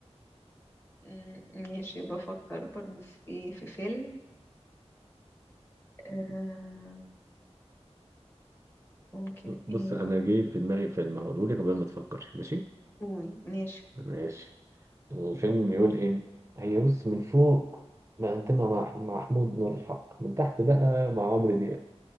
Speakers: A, on the left (about 20°); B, on the right (about 25°).
A: مم، ماشي بفكر برضو في ايه في فيلم آه ممكن
B: بص
A: ايه
B: أنا جاي في دماغي فيلم هقوله لك قبل ما تفكر ماشي
A: قول ماشي
B: ماشي الفيلم بيقول إيه هي بص من فوق ما أنت مع مع محمود نور الحق من تحت بقى مع عمرو دياب